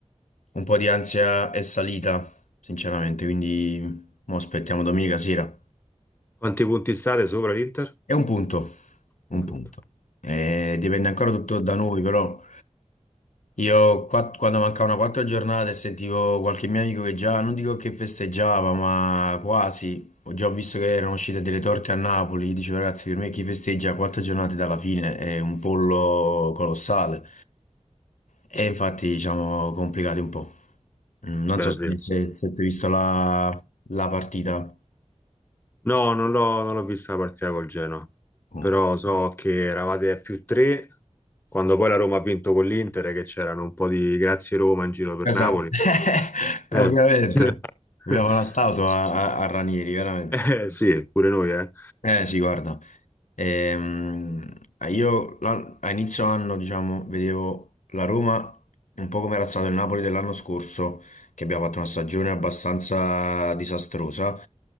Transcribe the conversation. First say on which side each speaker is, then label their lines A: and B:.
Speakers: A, on the left; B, on the left.
A: un po' di ansia è salita, sinceramente, quindi mo aspettiamo domenica sera.
B: Quanti punti state sopra l'Inter?
A: È un punto, un
B: Un punto.
A: punto. Eh, dipende ancora tutto da noi, però io qua- quando mancavano quattro giornate sentivo qualche mio amico che già, non dico che festeggiava, ma quasi, ho già visto che erano uscite delle torte a Napoli, dicevo ragazzi, per me chi festeggia quattro giornate dalla fine è un pollo colossale. E infatti, diciamo, complicati un po'. Mm, Non
B: Beh,
A: so se,
B: sì.
A: se, se tu hai visto la, la partita.
B: No, non l'ho non l'ho vista la partita col Genoa,
A: Mm.
B: però so che eravate a più tre quando poi la Roma ha vinto con l'Inter, e che c'erano un po' di grazie Roma in giro per
A: Esatto,
B: Napoli.
A: <laughs>
B: Eh.
A: ovviamente.
B: <laughs>
A: Abbiamo la statua a, a- a Ranieri, veramente.
B: Eh, sì, pure noi, eh.
A: Eh sì, guarda, Ehm, io l'an- a inizio anno, diciamo, vedevo la Roma un po' come era stato il Napoli dell'anno scorso, che abbiamo fatto una stagione abbastanza disastrosa.